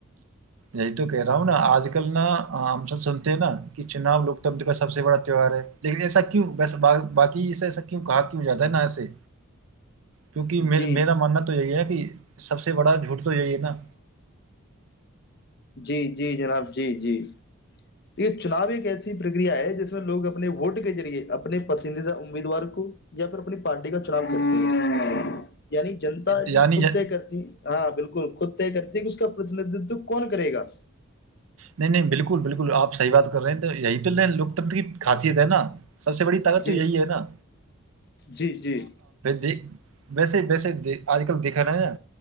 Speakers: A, on the right (about 80°); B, on the left (about 50°).
A: یہی تو کہہ رہا ہوں نا آج کل نا ہم سب سنتے ہیں نا کہ چناؤ لوکتنتر کا سب سے بڑا تیوار ہے لیکن ایسا کیوں وسا باقی ای ایسا کیوں کہا کیوں جاتا ہے ن ایسے کیونکہ م
B: جی
A: میرا ماننا تو یہی ہے کہ سب سے بڑا جھوٹ تو یہی ہے نا
B: جی جی جناب جی جی یہ چناؤ ایک ایسی پرکریا ہے جس میں لوگ اپنے ووٹ کے ذریعے اپنے پسندیدہ امیدوار کو یا پھر اپنی پارٹی کا چناؤ کرتے ہیں یعنی جنتا
A: یعنی
B: جی خود
A: ج-
B: ت کرتی ہاں بالکل خود کرتی کہ اس کا پرتیندتو کون کرے گا
A: نہیں نہیں بالکل بالکل آپ صحی بات کر رہے ہیں تو یہی تو ل لوکتنر کی خاصیت ہے نا سب سے بڑی طاقت
B: جی
A: تو یہی ہے نا
B: جی جی
A: د ویسے ویسے د آج کل دیکھا رہا نا